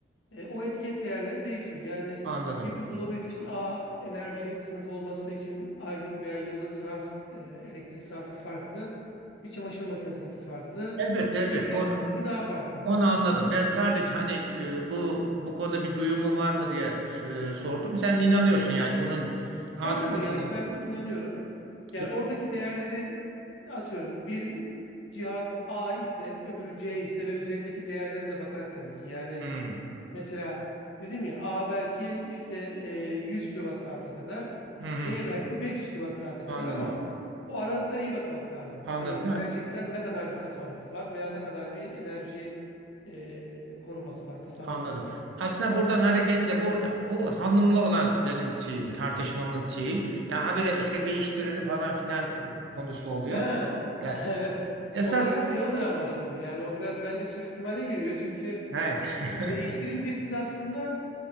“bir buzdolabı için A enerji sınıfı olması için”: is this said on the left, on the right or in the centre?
Left